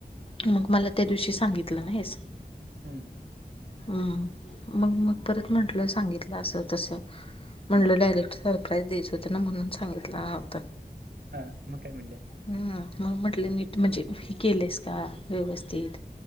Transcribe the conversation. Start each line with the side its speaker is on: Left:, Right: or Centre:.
Left: मग मला त्या दिवशी सांगितलं नाही असं
Right: हम्म.
Left: हम्म, मग मग परत म्हंटलं सांगितलं असं तसं म्हणलं
Right: हम्म
Left: डायरेक्ट सरप्राईज द्यायचं होतं ना म्हणून सांगितलं नव्हतं.
Right: हां, म काय म्हणले?
Left: हम्म, मग म्हटले नीट म्हणजे हे केलेस का व्यवस्थित,